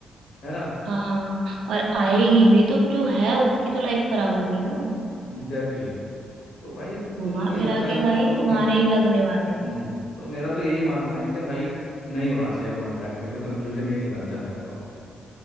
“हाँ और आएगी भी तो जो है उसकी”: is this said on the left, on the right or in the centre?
Right